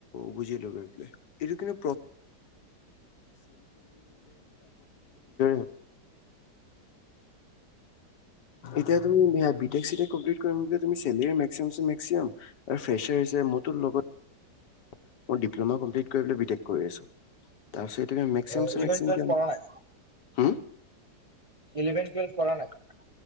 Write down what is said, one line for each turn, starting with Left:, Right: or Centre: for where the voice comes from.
Left: বুজি লব এইবো এইটো কিন্তু ভ এতিয়া তুমি ম্ট কৰিম তমি মেিাম মে্সিমাম আৰুেচাৰ মত লগত ইপ্ তাৰপিছত এই মে্ি
Right: অ
Left: ম্ি
Right: ইলেভেন টুৱেলভ কৰা নাই
Left: কে হা
Right: ইলেভে টুৱেল্ভ কৰা নাই